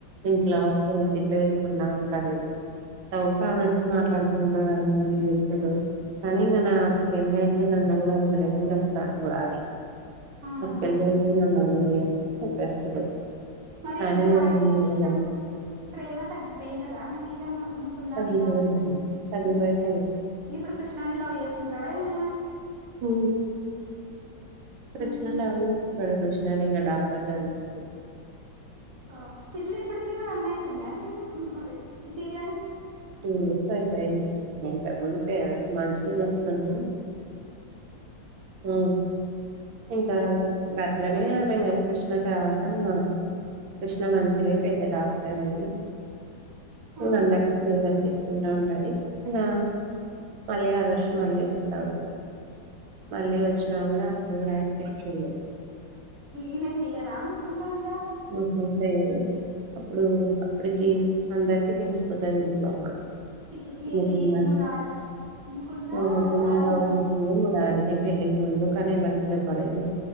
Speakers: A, on the right; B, on the right.
A: ఇంట్లో తిట్లు వినకుండా ఉండాలి. ఎవ కానట్ మాట్లాడుకుంటారు అ ఇది చేసుకుంట కానీ న నా ఆ పెళ్ళ అయింది నన్న కూడా వదులేని చెప్తాడుది మురారి
B: అవునా
A: నాకు పెళ్లి అయిదని నన్ను చెప్పేస్తడు
B: మరి
A: అయినా
B: మురారి
A: నేను ఏమి
B: ఇంక
A: వదలను
B: ఇష్టం ప్రేమ తగ్గిపోయింది కదా మే మీద మొ ము ముకుంద
A: తగ్పోంటా
B: మీద
A: తగ్పోంటాది
B: ఇప్పుడు కృష్ణాని లవ్ చేస్తుంటాడా ఏమైనా?
A: హు కృష్ణ
B: ఉమ్
A: వ చేస్తున్నాడు కృష్ణని ఇంకా డాక్టర్ చదివిస్తూ
B: అ స్టీల్ ఇప్పుడీకి కూడా రన్ అయితుంద సీల్ ఉ ఇ సీరియలు
A: టూ ఇయర్స్ అయిపోయింది ఇంతకు ముందు ఫ మంచిగా చూస్తుంటే ఆ ఇంకా అట్లనే ఆమె ఇంకా కృష్ణ తర్వాత ఇగ కృష్ణ మంచి గ అయి పెద్ద డాక్టర్ అయి
B: ఆ
A: ఇంగ అందరికి తీసుకుంటా ఉంటది ఇగ మళ్ళీ ఆదర్శ మళ్ళీ వస్తాడు. మళ్ళీ వచ్చినా కూడా అక్కడ కూడా యాక్సెప్ట్ చేయ్యదు.
B: ఇమె చేయ్యదా ముకుందా ఆంగ
A: ముకుంద్ చెయ్యదు అప్పుడు అప్పటికి అందరికి తెలిసిపోతుంది ఇంట్లోమ్న్న
B: ఇట్లా ఏది
A: ముకుంద
B: మురా ముకుందా
A: ముకుందలు
B: మురారిని
A: అస
B: లవ్ చేసి
A: సారినె పెళ్లికి ముందు కానీ ఎవరికి చెప్పాలెదు